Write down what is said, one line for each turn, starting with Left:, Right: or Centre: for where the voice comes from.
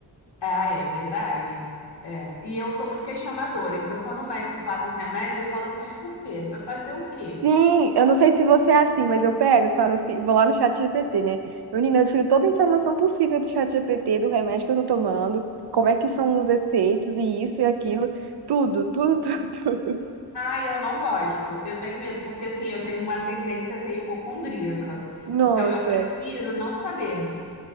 Left: Ah, é verdade. É. E eu sou muito questionadora. Então, quando o médico passa um remédio, eu falo assim, mas por quê? Vai fazer o quê?
Right: Sim,
Left: Co-
Right: eu não sei se você é assim, mas eu pego e falo assim, vou lá no chat GPT, né? Menina, eu tiro toda a informação possível do chat GPT, do remédio que eu tô tomando, como é que são os efeitos e isso e aquilo, tudo, tudo, <laughs> tudo, tudo.
Left: Ah, eu não gosto. Eu tenho medo, porque assim, eu tenho uma tendência a ser hipocondríaca.
Right: Nossa,
Left: Então, eu prefiro não saber.